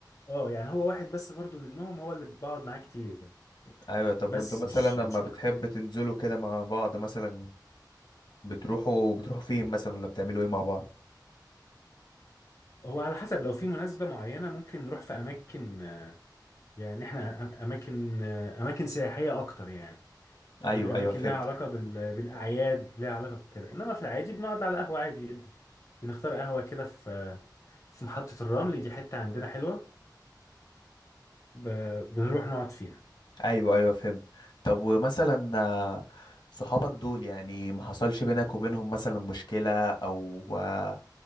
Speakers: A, on the left (about 45°); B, on the left (about 80°).
A: اه يعني هو واحد بس برضو منهم هو اللي بقعد معاه كتير
B: ايوه طب
A: بس
B: وانتوا مثلا
A: مش مش
B: لما بتحب
A: اكتر يعني
B: تنزلوا كده مع بعض مثلا بتروحوا بتروحوا فين مثلا ولا بتعملوا ايه مع بعض
A: هو على حسب لو في مناسبة معينة ممكن نروح في أماكن آه، يعني إحنا أم- أماكن آه، أماكن سياحية أكتر يعني فاهم
B: ايوه
A: اماكن
B: ايوه فهمت
A: ليها علاقه بال... بالاعياد ليها علاقه بكده انما في العادي بنقعد على قهوه عادي جدا بنختار قهوه كده في في محطه الرمل دي حته عندنا حلوه ب... بنروح نقعد فيها
B: ايوه ايوه فهمت طب ومثلا آه، صحابك دول يعني ما حصلش بينك وبينهم مثلا مشكلة او آه،